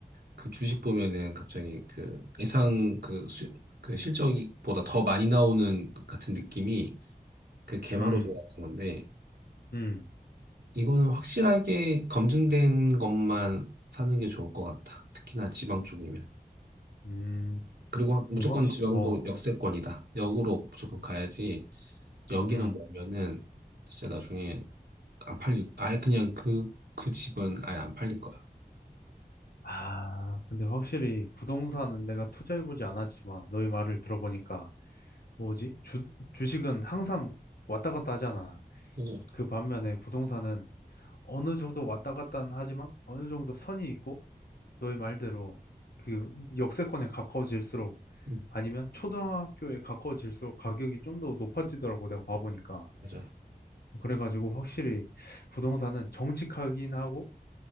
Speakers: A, on the right; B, on the left.
A: 그 주식 보면은 갑자기 그 예상 그, 수, 그 실적보다 더 많이 나오는 같은 느낌이 그 개발호재
B: 음,
A: 같은 건데
B: 음,
A: 이거는 확실하게 검증된 것만 사는 게 좋을 것 같다. 특히나 지방 쪽이면.
B: 음.
A: 그리고 하- 무조건
B: 근데 확실히,
A: 지방도
B: 어,
A: 역세권이다. 역으로 무조건 가야지 여기랑
B: 음.
A: 보면은 진짜 나중에 안 팔릴, 아예 그냥 그, 그 집은 아예 안 팔릴 거야.
B: 아, 근데 확실히 부동산은 내가 투자해보지 않았지만 너의 말을 들어보니까 뭐지? 주, 주식은 항상 왔다 갔다 하잖아.
A: 그죠?
B: 그 반면에 부동산은 어느 정도 왔다 갔다 하지만 어느 정도 선이 있고 너의 말대로 그 역세권에 가까워질수록
A: 응,
B: 아니면 초등학교에 가까워질수록 가격이 좀 더 높아지더라고 내가 봐보니까
A: 맞아.
B: 그래가지고 확실히 부동산은 정직하긴 하고